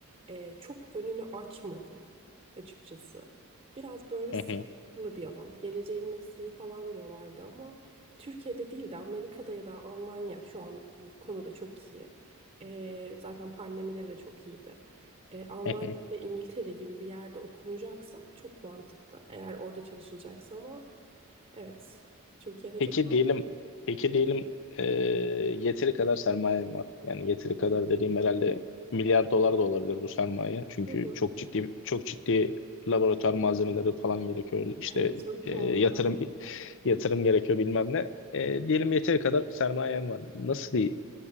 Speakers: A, on the right; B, on the left.
A: e, çok önünü açmadı açıkçası. Biraz böyle sıkıntılı
B: Hı hı.
A: bir alan. Geleceğin mesleği falan diyorlardı ama Türkiye'de değil de Amerika'da ya da Almanya şu an bu konuda çok iyi. E, zaten pandemide de çok iyiydi. E, Almanya
B: <laughs>
A: ve İngiltere gibi bir yerde okunacaksa çok mantıklı. Eğer orada çalışılacaksa ama Evet. Türkiye'de
B: Peki
A: çok pahalı.
B: diyelim, peki diyelim e, yeteri kadar sermayem var. Yani yeteri kadar dediğim herhalde milyar dolar da olabilir bu sermaye. Çünkü
A: Hı hı.
B: çok
A: <laughs>
B: ciddi çok ciddi laboratuvar malzemeleri falan gerekiyor. İşte
A: Evet, çok
B: e,
A: pahalı.
B: yatırım yatırım gerekiyor bilmem ne. E, diyelim yeteri kadar sermayem var. Nasıl bir